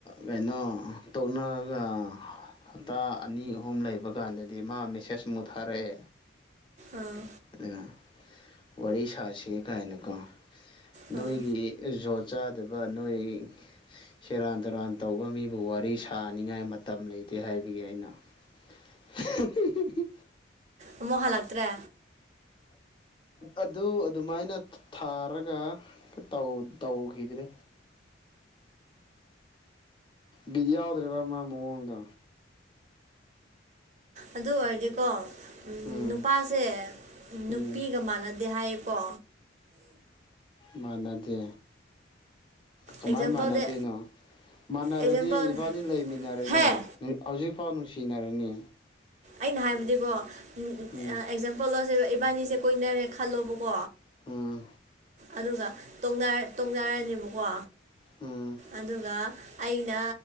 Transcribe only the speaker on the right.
ꯑꯥ
ꯎꯝ
ꯑꯃꯨꯛ ꯍꯜꯂꯛꯇ꯭ꯔꯦ
ꯑꯗꯨ ꯑꯣꯏꯔꯗꯤꯀꯣ
ꯅꯨꯄꯥꯁꯦ ꯅꯨꯄꯤꯒ
ꯃꯥꯟꯅꯗꯦ ꯍꯥꯏꯌꯦꯀꯣ
ꯑꯦꯛꯖꯥꯝꯄꯜꯗ
ꯑꯦꯛꯖꯥꯝꯄꯜ
ꯍꯦ
ꯑꯩꯅ ꯍꯥꯏꯕꯗꯤꯀꯣ ꯑꯦꯛꯖꯥꯝꯄꯜ
ꯂꯧꯁꯦꯕ ꯏꯕꯥꯅꯤꯁꯦ ꯀꯣꯏꯅꯔꯦ ꯈꯜꯂꯣꯕꯀꯣ
ꯑꯗꯨꯒ ꯇꯣꯡꯅꯥꯔꯅꯦꯕꯀꯣ
ꯑꯗꯨꯒ ꯑꯩꯅ